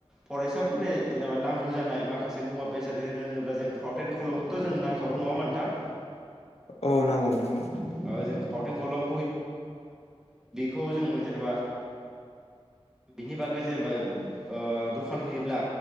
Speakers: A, in the centre; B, on the left.
A: फरायसाफोरनि जेनेबा नांगौ जानाय माखासे मुवा बेसाद होनोब्ला जों। फावउटेन खलमखौथ' जों नांखागौ नङा ओमबा नोंथां।
B: औ नांगौ नोंथां।
A: जों फावथें कलम बोहि। बिनि बागै जेनेबा दखान होयोब्ला